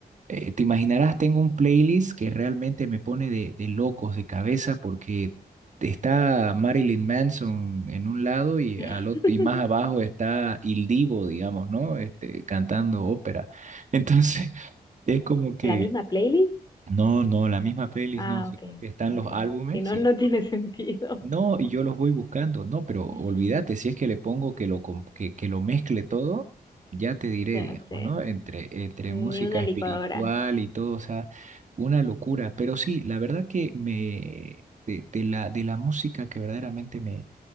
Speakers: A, on the right; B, on the left.
A: Eh, te imaginarás, tengo un playlist que realmente me pone de, de locos de cabeza porque está Marilyn Manson en un lado y,
B: <laughs>
A: al ot- y más abajo está Il Divo, digamos, ¿no? Este, cantando ópera. Entonces, <laughs> es como que,
B: ¿La misma playlist?
A: no, no, la misma playlist
B: Ah,
A: no, sino
B: ok,
A: que están
B: ok.
A: los álbumes
B: Si no,
A: y
B: no tiene sentido.
A: no, y yo los voy buscando, no, pero olvídate,
B: <laughs>
A: si es que le pongo que lo, com- que, que lo mezcle todo, ya te diré,
B: Se hace
A: digamos, ¿no? Entre, entre
B: ni
A: música
B: una
A: espiritual
B: licuadora.
A: y todo, o sea, una locura. Pero sí, la verdad que me, de, de la, de la música que verdaderamente me,